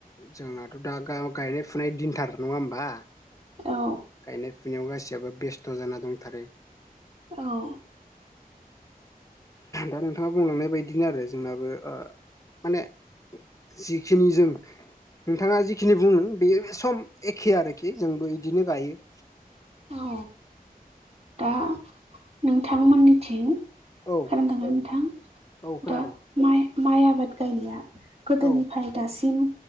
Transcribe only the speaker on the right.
औ
औ।
औ दा नोंथांमोननिथिं
खोनादोंना नोंथां?
दा माइ माइ आबाद गायनाया गोदोनिफ्राय
दासिम